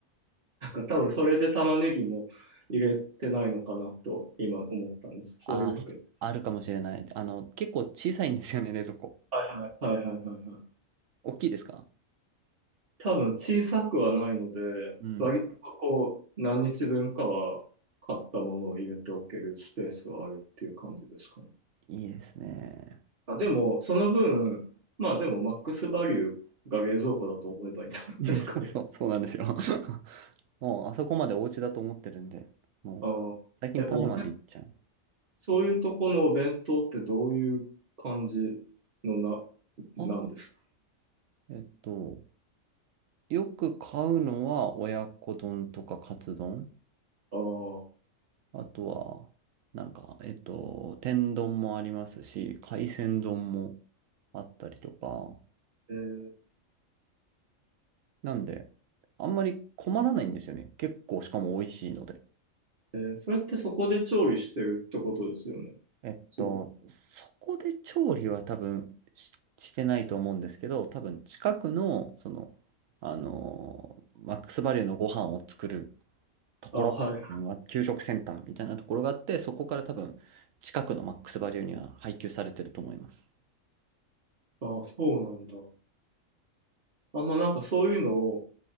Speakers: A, on the right; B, on the right.
A: なんか多分それで玉ねぎも入れてないのかなと今思ったんです。そういうわけです。
B: あー、あるかもしれない。あの、結構小さいんですよね、冷蔵庫。
A: はいはい。はいはいはいはい。
B: 大きいですか
A: 多分小さくはないので、
B: うん。
A: 割とこう、何日分かは買ったものを入れておけるスペースはあるっていう感じですかね。
B: いいですね。
A: あ、でも、その分、まあでも、マックスバリューが冷蔵庫だと思えばいいんじゃないですかね。
B: <laughs> いやそう、そうそうなんですよ。<laughs> もう、あそこまでお家だと思ってるんで、
A: <laughs>
B: もう、
A: あー、
B: 最近パジャマで行っちゃう。
A: え、お弁、そういうとこのお弁当ってどういう感じのな、
B: ああ、
A: なんですか
B: えっと、よく買うのは親子丼とかカツ丼。
A: ああー、
B: あとは、なんか、えっと、天丼もありますし、海鮮丼もあったりとか、
A: えー
B: なんで、あんまり困らないんですよね。結構、しかも美味しいので。
A: えーそれってそこで調理してるってことですよね。
B: えっと、
A: 違う。
B: そこで調理は多分し、してないと思うんですけど、多分近くの、その、あのーマックスバリュのご飯を作るところ、
A: あ、はい。
B: まあ給食センターみたいなところがあって、そこから多分近くのマックスバリュには配給されてると思います。
A: あ、そうなんだ。あんまなんかそういうのを